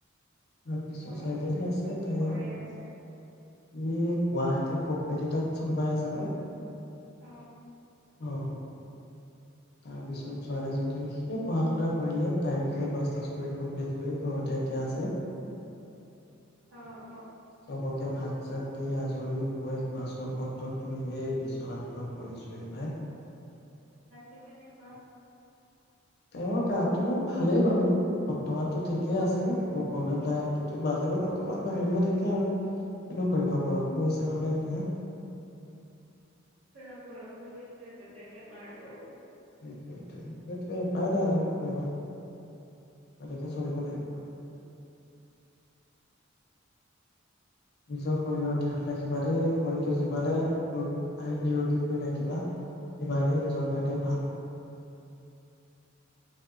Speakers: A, on the left (about 55°); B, on the right (about 80°).
A: তাৰ পিছৰ
B: হয়
A: চাইডে
B: নহয়
A: যে আছে
B: সি কি
A: তাইয়ে
B: কৰি
A: ।
B: আছে
A: উম। গুৱাহাটী কোম্পানী এটাতটো সোমাই আছে <unintelligible>
B: অ
A: অ' । তাৰ পিছত ছোৱালীজনী, সেই পঢ়া-শুনা কৰিলে। তাইও সেই মাষ্টাৰ্ছ কৰি কমপ্লিট কৰি, ঘৰতে এতিয়া আছে <unintelligible>
B: অ অ
A: এতিয়া ভাত চাত দি আজৰি হৈ, বাচন-বৰ্তন ধুই এই বিচনাখনত পৰিছোঁহি পায়।
B: টো কেনেকুৱা?
A: তেওঁৰ গাটো ভালেই বাৰু। বৰ্তমানতো ঠিকেই আছে প্ৰব্লেম তাইৰ, কিন্তু মাজে, মাজে অকনমান হেৰি হৈ থাকে আৰু। কিনো কৰিবা বয়সো হৈছে নহয় এতিয়া।
B: <unintelligible> বয়সো হৈছে, তাতে বেমাৰতটো
A: সেইটোৱে, সেইটোৱেই। নাই, নাই আৰু কি কৰিবা? তেনেকে চলিব লাগিব আৰু। নিজৰ শৰীৰত তেহ'লে সিমানেই শৰীৰটো, যিমানে <unintelligible> নিৰোগী কৰি ৰাখিবা, সিমানেই নি সিমানেই ভাল।